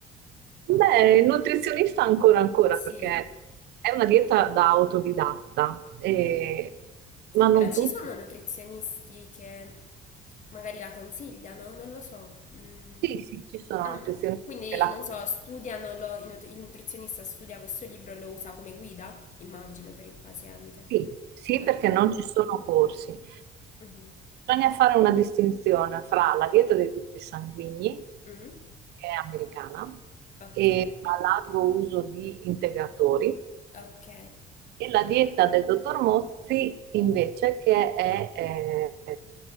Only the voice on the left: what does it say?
Sì.
Mm.
Però ci
sono nutrizionisti che magari la consigliano, non lo so. Mm.
Ah,
quindi
non so, studiano lo- il nut- il nutrizionista studia questo libro e lo usa come guida, immagino, per il paziente.
Ok.
Mhm.
Mm.
Ok.
Ok.